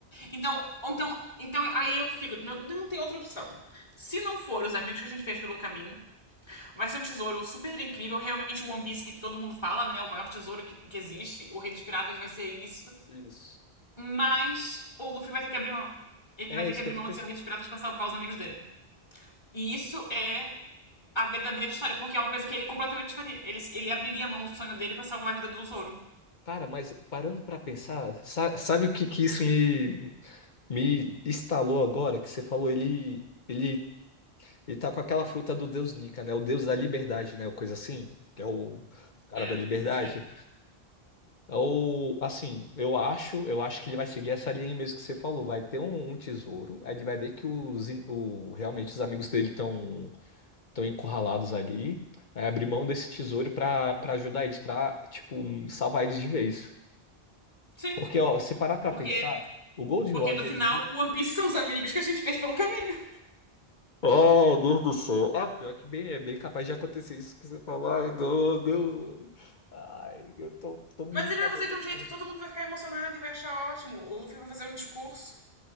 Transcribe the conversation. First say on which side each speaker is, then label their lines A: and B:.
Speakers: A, on the left (about 25°); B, on the left (about 50°).
A: Então, então, então aí eu fico, não, não tem outra opção. Se não for os amigos que a gente fez pelo caminho, vai ser um tesouro super incrível, realmente o One Piece que todo mundo fala, né, o maior tesouro que, que existe, o Rei dos Piratas vai ser isso,
B: Isso.
A: mas o Luffy vai ter que abrir mão. Ele
B: É
A: vai ter
B: isso
A: que abrir
B: que eu tô
A: mão
B: pensando.
A: de ser o Rei dos Piratas para salvar os amigos dele. E isso é a verdadeira história, porque é uma coisa que ele completamente faria. Ele, ele abriria a mão do sonho dele pra salvar a vida do Zoro.
B: Cara, mas parando pra pensar, sa- sabe o que que isso me me instalou agora? Que você falou, ele ele ele tá com aquela fruta do deus Nika, né? O deus da liberdade, né? O coisa assim, que é o cara
A: É,
B: da liberdade.
A: não sei.
B: É o assim, eu acho, eu acho que ele vai seguir essa linha aí mesmo que você falou. Vai ter um, um tesouro, aí ele vai ver que os in- o, realmente os amigos dele estão estão encurralados ali, vai abrir mão desse tesouro pra para ajudar eles, pra, tipo salvar eles de vez.
A: Sim,
B: Porque, ó, se parar pra
A: porque,
B: pensar, o Gold
A: porque
B: Roger,
A: no final,
B: ele viu.
A: o One Piece são os amigos que a gente fez pelo caminho.
B: Oh, Deus do céu. Ah, pior que bem, é bem capaz de acontecer isso que você falou. Ai, não, não. Ai, eu tô, tô me
A: Mas
B: morrendo
A: ele vai fazer de
B: aqui
A: um jeito
B: por
A: que
B: dentro.
A: todo mundo vai ficar emocionado e vai achar ótimo. O Luffy vai fazer um discurso